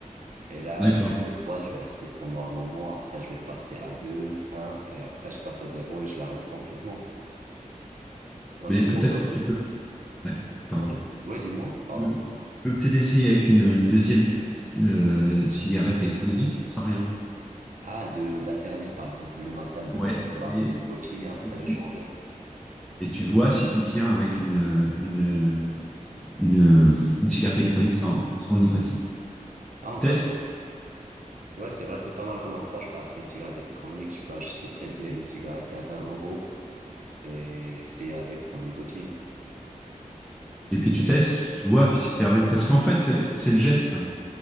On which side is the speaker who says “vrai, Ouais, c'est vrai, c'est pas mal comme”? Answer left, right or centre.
Right